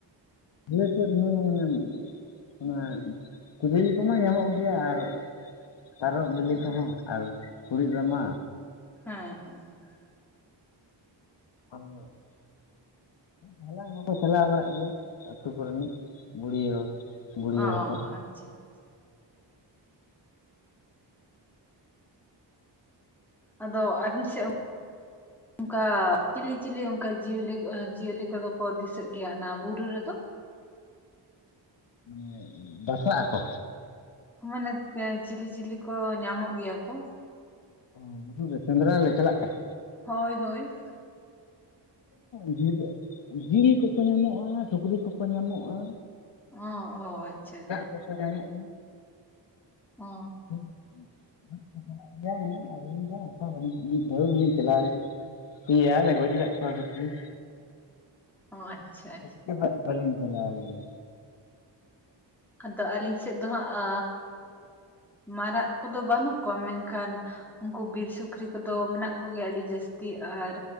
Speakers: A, on the left; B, in the centre.
A: ᱟᱞᱮ ᱥᱮᱫ ᱦᱚᱸ ᱢᱟᱱᱮ ᱚᱱᱟ ᱛᱤᱨᱤᱞ ᱠᱚᱢᱟ ᱧᱟᱢᱚᱜ ᱜᱮᱭᱟ ᱟᱨ᱾ ᱛᱟᱨᱚᱵᱽ ᱵᱤᱞᱤ ᱠᱚᱦᱚᱸ ᱟᱨ ᱠᱩᱲᱤᱜ ᱨᱟᱢᱟ᱾
B: ᱦᱮᱸ ᱦᱮᱸ ᱦᱮᱸ᱾
A: <unintelligible> ᱦᱟᱞᱟᱝ ᱦᱚᱸᱠᱚ ᱪᱟᱞᱟᱣ ᱵᱟᱲᱟᱜ ᱜᱮᱭᱟ ᱟᱛᱩ ᱠᱚᱨᱮᱱᱤᱡ ᱵᱩᱲᱦᱤ ᱦᱚᱲ᱾ ᱵᱩᱲᱦᱤ
B: ᱚᱸ
A: ᱦᱚᱲ ᱠᱚ
B: ᱟᱪᱪᱷᱟ᱾ ᱟᱪᱪᱷᱟ ᱟᱫᱚ ᱟᱵᱤᱱ ᱥᱮᱜ᱾ <unintelligible> ᱚᱝᱠᱟ ᱪᱤᱞᱤ ᱪᱤᱞᱤ ᱚᱝᱠᱟ ᱡᱤᱭᱟᱹᱞᱤ ᱡᱤᱭᱟᱹᱞᱤ ᱠᱚᱫᱚ ᱠᱚ ᱫᱤᱥᱟᱹᱜ ᱜᱮᱭᱟ ᱚᱱᱟ ᱵᱩᱨᱩ ᱨᱮᱫᱚ?
A: ᱢᱟᱱᱮ ᱵᱟᱥᱟᱜ ᱟᱠᱚ?
B: ᱦᱳᱭ ᱱᱮᱛᱮ ᱪᱤᱞᱤ ᱪᱤᱞᱤ ᱠᱚ ᱧᱟᱢᱚᱜ ᱜᱮᱭᱟ ᱠᱚ?
A: ᱚ ᱵᱩᱨᱩ ᱨᱮ ᱥᱮᱸᱫᱽᱨᱟ ᱞᱮ ᱪᱟᱞᱟᱜ ᱠᱷᱟᱡ?
B: ᱦᱚᱭ ᱦᱳᱭ᱾
A: ᱤᱭᱟᱹ ᱡᱤᱞ ᱡᱤᱞ ᱠᱚᱠᱚ ᱧᱟᱢᱚᱜ-ᱟ ᱥᱩᱠᱨᱤ ᱠᱚᱠᱚ ᱧᱟᱢᱚᱜ-ᱟ᱾
B: ᱚᱸ ᱚ ᱟᱪᱪᱷᱟ᱾
A: ᱠᱚᱠᱚ ᱧᱟᱢᱚᱜ-ᱟ᱾
B: ᱚ
A: <unintelligible> ᱪᱟᱞᱟᱜ ᱜᱮᱭᱟ ᱢᱟᱱᱮ ᱟᱞᱤᱧ ᱫᱚ ᱚᱝᱠᱟ ᱫᱚ ᱵᱟᱞᱤᱧ ᱢᱤᱜ ᱫᱷᱟᱹᱣ ᱜᱮᱞᱤᱧ ᱪᱟᱞᱟᱣ ᱞᱮᱱᱟ ᱯᱮᱭᱟᱞᱮ᱾ ᱛᱟᱨᱯᱚᱨ ᱯᱩᱞᱤᱥ᱾
B: ᱚᱸ ᱟᱪᱪᱷᱟ ᱟᱪᱪᱷᱟ᱾
A: ᱩᱥᱠᱮ ᱵᱟᱫ ᱵᱟᱹᱞᱤᱧ ᱪᱟᱞᱟᱣ ᱞᱮᱱᱟ᱾
B: ᱟᱫᱚ ᱟᱞᱤᱧ ᱥᱮᱜ ᱫᱚ ᱦᱟᱸᱜ ᱟ᱾ ᱢᱟᱨᱟᱜ ᱠᱚᱫᱚ ᱵᱟᱱᱩᱜ ᱠᱚᱣᱟ ᱢᱮᱝᱠᱷᱟᱱ ᱩᱱᱠᱩ ᱵᱤᱨ ᱥᱩᱠᱨᱤ ᱠᱚᱫᱚ ᱢᱮᱱᱟᱜ ᱠᱚᱜᱮᱭᱟ ᱟᱹᱰᱤ ᱡᱟᱹᱥ ᱛᱤ ᱟᱨ